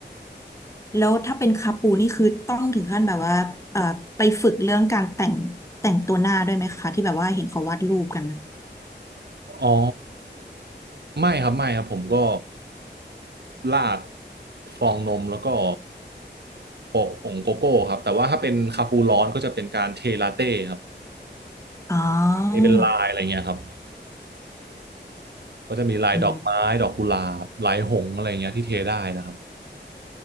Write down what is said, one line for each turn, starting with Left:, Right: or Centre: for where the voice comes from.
Left: แล้วถ้าเป็นคาปูนี่คือต้องถึงขั้นแบบว่าเอ่อไปฝึกเรื่องการแต่งแต่งตัวหน้าด้วยไหมคะที่แบบว่าเห็นเขาวาดรูปกันนะ
Right: อ๋อไม่ครับไม่ครับผมก็ราดฟองนมแล้วก็โปะผงโกโก้ครับแต่ว่าถ้าเป็นคาปูร้อนก็จะเป็นการเทลาเต้ครับ
Left: อ๋อ
Right: เทเป็นลายอะไรเงี้ยครับ ก็จะมีลายดอกไม้
Left: อืม
Right: ดอกกุหลาบลายหงส์อะไรเงี้ยที่เทได้นะครับ